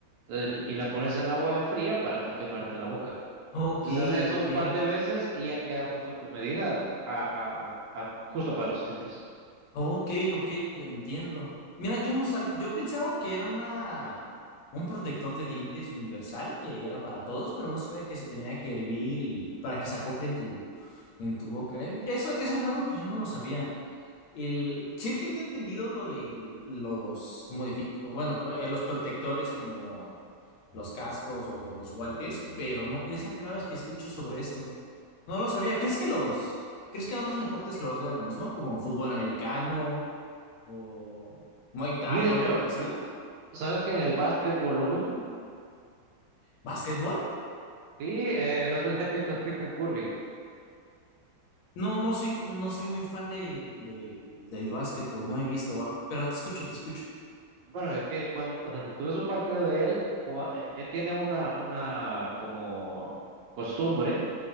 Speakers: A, on the right (about 75°); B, on the left (about 80°).
A: El- y la pones en agua fría para no quemarte la boca.
B: Ok,
A: Entonces haces eso
B: ok.
A: un par de veces y ya queda justo a tu medida, a, a- a- a- justo para tus dientes.
B: Ok, ok, yo entiendo. Mira, yo no sab- yo pensaba que era una un protector de dientes universal que era para todos, pero no sabía que se tenía que hervir y para que se acople en tu en tu boca. Eh, Eso, eso es algo que yo no lo sabía. El, sí tenía entendido lo de los modific, bueno, eh, los protectores como los cascos o los guantes, pero no, es la primera vez que escucho sobre esto. No lo sabía. ¿Crees que los, crees que en otros deportes lo hagan lo mismo, como en fútbol americano o Muay Thai
A: Y de
B: o
A: hecho,
B: algo parecido?
A: ¿sabes que en el básquetbol lo usan?
B: ¿Básquetbol?
A: Sí, eh, no sé si has visto a Stephen Curry.
B: No, no soy, no soy muy fan del, del, del básquetbol, no he visto, va, pero te escucho, te escucho.
A: Bueno, es que cuando, o sea, si tú ves un partido de él, cua- eh, eh, tiene una, una como costumbre